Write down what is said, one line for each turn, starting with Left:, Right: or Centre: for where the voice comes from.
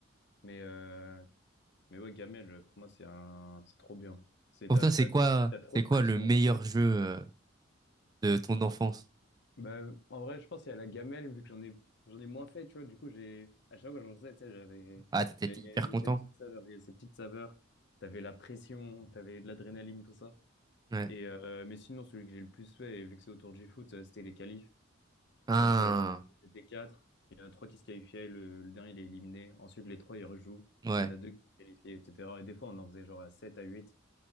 Left: Mais, euh, mais ouais, gamelle, pour moi, c'est un, c'est trop bien. C'est,
Right: Pour
Left: t'as,
Right: toi, c'est
Left: t'as,
Right: quoi,
Left: t'as trop
Right: c'est
Left: de
Right: quoi
Left: pression,
Right: le meilleur
Left: là.
Right: jeu euh, de ton enfance?
Left: Bah, en vrai, je pense qu'il y a la gamelle, vu que j'en ai, j'en ai moins fait, tu vois. Du coup, j'ai, à chaque fois que j'en faisais, tu sais, j'avais,
Right: Ah, t'étais
Left: j'avais-
Right: hyper
Left: il
Right: content?
Left: y a cette petite saveur, il y a cette petite saveur. T'avais la pression, t'avais de l'adrénaline, tout ça.
Right: Ouais.
Left: Et, euh, mais sinon, celui que j'ai le plus fait, et vu que c'est autour du foot, euh, c'était les qualifs.
Right: Ah,
Left: Donc, euh, on on était quatre. Il y en a trois qui se qualifiaient, le, le dernier, il est éliminé. Ensuite, les trois, ils rejouent.
Right: ouais.
Left: Il y en a deux qui se qualifient, etc. Et des fois, on en faisait genre à 7 à huit